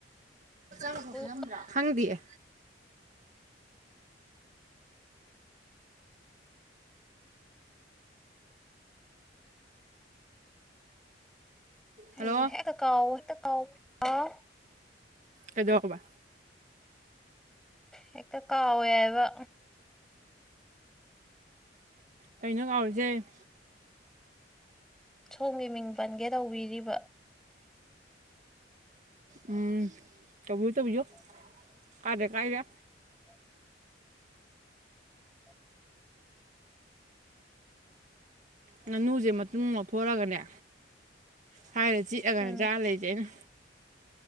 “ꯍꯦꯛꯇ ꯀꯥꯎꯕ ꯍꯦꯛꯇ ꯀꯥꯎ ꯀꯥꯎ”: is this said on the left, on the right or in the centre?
Centre